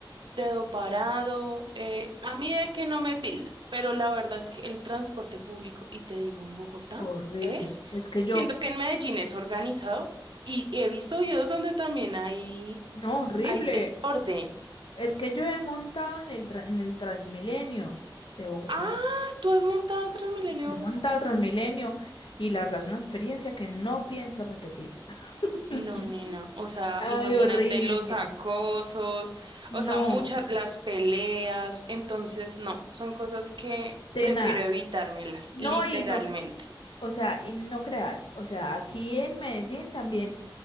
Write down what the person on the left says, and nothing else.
Horrible.
Es que yo,
no, horrible.
Es que yo he montado en el, tra- en el Transmilenio de Bogotá.
Yo
he montado
Transmilenio y la verdad es una experiencia que no pienso repetir. <laughs>
Ay,
horrible.
No,
tenaz.
No,
y no, o sea, y no creas, o sea, aquí en Medellín también.